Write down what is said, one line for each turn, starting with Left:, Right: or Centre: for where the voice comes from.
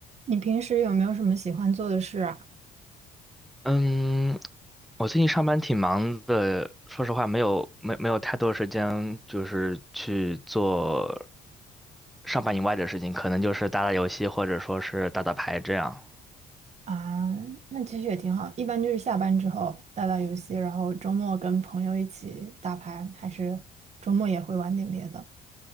Right: 你平时有没有什么喜欢做的事啊？
Centre: 嗯，我最近上班挺忙的，说实话没有没没有太多时间，就是去做上班以外的事情，可能就是打打游戏或者说是打打牌这样。
Right: 啊，那其实也挺好，一般就是下班之后打打游戏，然后周末跟朋友一起打牌，还是周末也会玩点别的。